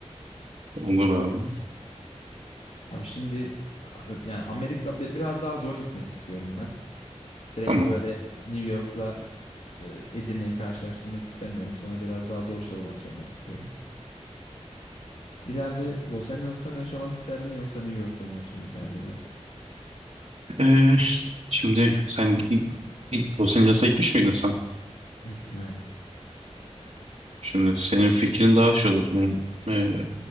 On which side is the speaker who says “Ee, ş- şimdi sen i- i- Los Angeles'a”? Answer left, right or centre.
Right